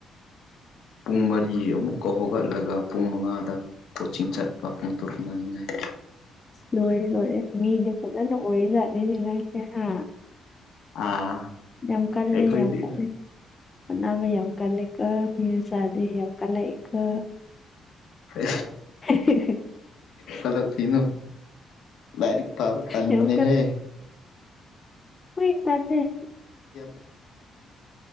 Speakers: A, on the left; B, on the left.
A: ꯄꯨꯡ ꯃꯔꯤ ꯑꯃꯨꯛꯀ ꯍꯧꯒꯠꯂꯒ ꯄꯨꯡ ꯃꯉꯥꯗ ꯄꯣꯆꯤꯡ ꯆꯠꯄ ꯄꯨꯡ ꯇꯔꯨꯛ ꯅꯥꯅꯤꯡꯉꯥꯏ
B: ꯂꯣꯏꯔꯦ ꯂꯣꯏꯔꯦ ꯃꯤꯗꯤ ꯐꯖꯅ ꯑꯣꯏ ꯂꯥꯅꯤꯅꯦꯅꯁꯦ ꯍꯥ
A: ꯑꯥ
B: ꯌꯥꯝꯝ ꯀꯥꯟꯂꯦ
A: ꯑꯩꯈꯣꯏꯗꯤ
B: ꯌꯥꯝꯦꯝ ꯀꯥꯟꯂꯦ ꯅꯕ ꯌꯥꯝ ꯀꯥ ꯂꯩ ꯀ ꯃꯁꯗꯤꯦ ꯌꯥꯝ ꯀ ꯂꯩ ꯀ
A: ꯍ
B: ꯁꯤ
A: ꯆꯖ ꯀꯅꯣ ꯂꯥꯏꯔꯤꯛ ꯄꯕ ꯇꯥꯟ
B: ꯌꯥꯝ
A: ꯃꯅꯤ ꯍꯦ
B: ꯑꯩꯣꯏ ꯇꯅꯦꯦ
A: ꯦꯝ